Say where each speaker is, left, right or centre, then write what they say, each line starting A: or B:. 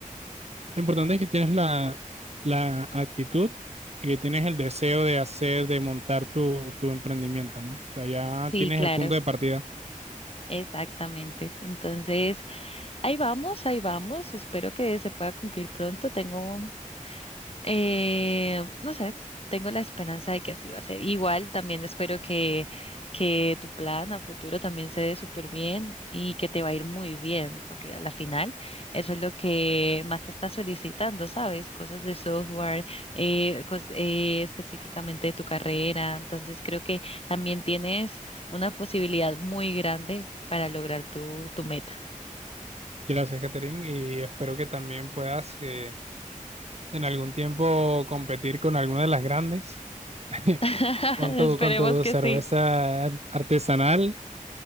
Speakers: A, on the right; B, on the left.
A: Lo importante es que tienes la, la actitud y que tienes el deseo de hacer, de montar tu, tu emprendimiento, ¿no? O sea, ya
B: Sí,
A: tienes
B: claro.
A: el punto de partida.
B: Exactamente. Entonces, ahí vamos, ahí vamos. Espero que se pueda cumplir pronto. Tengo eh, no sé, tengo la esperanza de que así va a ser. Igual también espero que, que tu plan a futuro también se dé súper bien y que te va a ir muy bien, porque a la final eso es lo que más se está solicitando, ¿sabes? Cosas de software, eh, cos- eh, específicamente de tu carrera. Entonces creo que también tienes una posibilidad muy grande para lograr tu, tu meta.
A: Gracias, Catherine, y espero que también puedas eh, en algún tiempo competir con alguna de las grandes, <laughs>
B: <laughs>
A: con tu,
B: Esperemos
A: con tu
B: que
A: cerveza
B: sí.
A: artesanal.